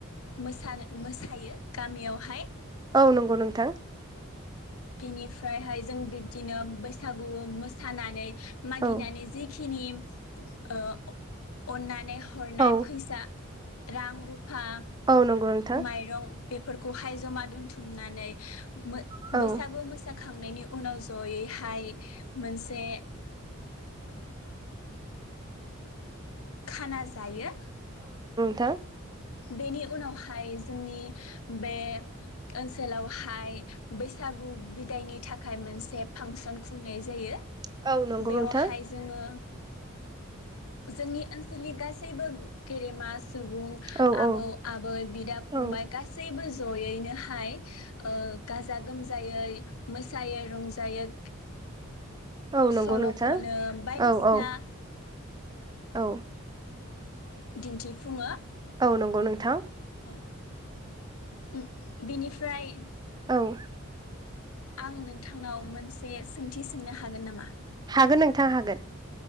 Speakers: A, on the left (about 80°); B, on the right (about 20°).
A: मोसानो मोसायो गामियावहाय
B: औ नंगौ नोंथां।
A: बिनिफ्रायहाय जों बिब्दिनो बैसागु मोसानानै मागिनानानै
B: औ
A: जेखि हिनिम ओह अननानै हरनाय
B: औ
A: फैसा रां रुफ हा
B: औ नंगौ नोंथां
A: माइरं बेफोरखौहाय जमा दोनथुमनानै मो
B: औ
A: बैसागु मोसा थांनायनि उनाव जयैहाय मोनसे खाना जायो
B: थो
A: बेनि उनावहा फाय जोंनि बे ओनसोलावहाय बैसागु बिदायनि थाखाय मोनसे फांसन खुंनाय जायो
B: औ नंगौ
A: बेवहाय
B: नोंथां
A: जोङो जोंनि ओनसोलनि गासैबो गेदेमा सुबुं
B: औ
A: आबौ
B: औ
A: आबै बिदा फंबाय
B: औ
A: गासैबो ज जयैनोहाय ओ गाजा गोमजायै मोसायो रंजायो
B: औ नंगौ
A: सल
B: नोंथां
A: खनो बायदिसिना
B: औ औ औ
A: दिन्थिफुङो।
B: औ नंगौ नोंथां
A: औ उ बिनिफ्राय
B: औ
A: आं नोंथांनाव मोनसे सोंथि सोंनो हागोन नामा?
B: गोन नोंथां हागोन।